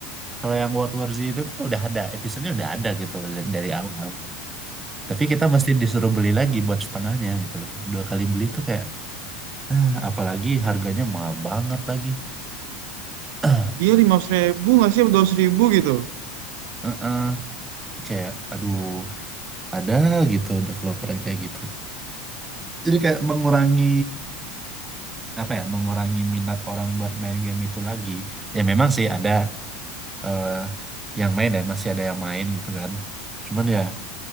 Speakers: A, on the right; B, on the right.
A: kalau yang World War Z itu kan udah ada, episodenya udah ada gitu loh dari dari awal. Tapi kita mesti disuruh beli lagi buat setengahnya gitu loh. Dua kali beli itu kayak Nah, apalagi harganya mahal banget lagi. <clears throat>
B: iya lima ribu nggak sih dua ribu gitu
A: Heeh, Kayak, aduh, ada gitu developer yang kayak gitu. Jadi kayak mengurangi apa ya, mengurangi minat orang buat main game itu lagi. Ya memang sih ada eh, yang main ya, masih ada yang main gitu kan. Cuman ya